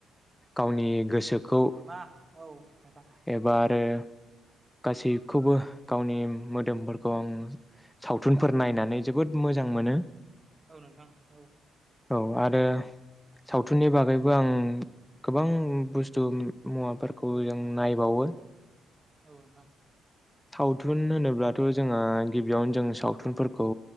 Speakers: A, in the centre; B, on the right.
A: गावनि गोसोखौ
B: मा औ नोंथां
A: एबा आरो। गासैखौबो गावनि मोदोमफोरखौ आं सावथुनफोर नायनानै जोबोद मोजां मोनो।
B: औ नोंथां औ।
A: औ आरो सावथुननि बागैबो आं! गोबां बुस्थु मुवाफोरखौ
B: औ नोंथां
A: जों नायबावो।
B: औ नोंथां।
A: सावथुन होनोब्लाथ' जोंहा गिबियावनो जों सावथुनफोरखौ।